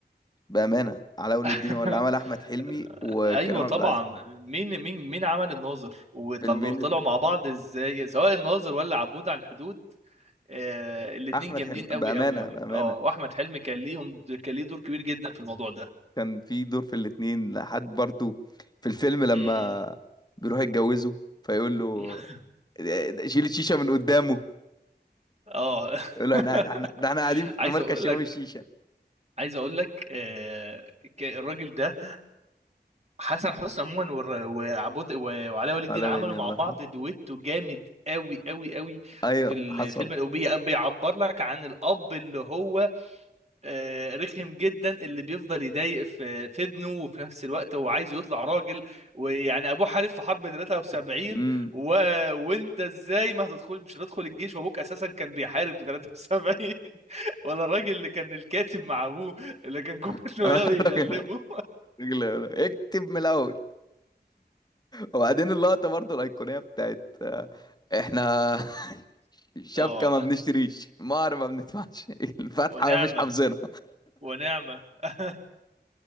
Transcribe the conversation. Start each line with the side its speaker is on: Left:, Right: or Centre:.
Left: بامانه علاء ولي
Right: <laughs>
Left: الدين هو اللي عمل احمد حلمي وكريم
Right: ايوه
Left: عبد
Right: طبعا
Left: العزيز
Right: مين مين مين عمل الناظر وطلعوا
Left: فيلمين
Right: طلعوا
Left: اللي
Right: مع بعض
Left: طلع
Right: ازاي سواء الناظر ولا عبود على الحدود آه الاتنين
Left: احمد
Right: جامدين
Left: حلمي
Right: قوي
Left: بامانه
Right: قوي قوي
Left: بامانه
Right: اه واحمد حلمي كان ليهم كان ليه دور كبير جدا في الموضوع ده
Left: كان في دور في الاتنين لحد برضو في الفيلم لما
Right: مم.
Left: بيروح يتجوزه فيقول له
Right: <laughs>
Left: "إيه، شيل الشيشة من قدامه
Right: اه
Left: يقول له احنا احنا
Right: <laughs>
Left: ده احنا قاعدين في
Right: عايز
Left: مركز
Right: اقول
Left: شباب
Right: لك
Left: الشيشة
Right: عايز اقول لك آه، ك- الراجل ده حسن حسني عموما والر- وعبود و- وعلاء ولي الدين
Left: على
Right: عملوا
Left: ولادي
Right: مع
Left: الله
Right: بعض
Left: يرحمه
Right: دويتو جامد قوي قوي قوي
Left: ايوه
Right: في الفيلم
Left: حصل
Right: الأوبية بيعبر لك عن الأب اللي هو آه، رخم جدا اللي بيفضل يضايق في في ابنه وفي نفس الوقت هو عايز يطلع راجل ويعني ابوه حارب في حرب 73
Left: امم
Right: و... وانت ازاي ما هتدخل مش هتدخل الجيش وابوك اساسا كان بيحارب في 73 <laughs> ولا الراجل اللي كان الكاتب مع ابوه اللي كان كل
Left: <laughs>
Right: شويه
Left: اه
Right: بيغلبه
Left: الراجل الراجل يقول له اكتب من الاول وبعدين اللقطة برضو الأيقونية بتاعت آه، احنا <laughs>
Right: <laughs>
Left: شبكة
Right: اه
Left: ما بنشتريش مهر ما بندفعش الفاتحة
Right: ونعمه
Left: مش حافظينها
Right: ونعمه <laughs>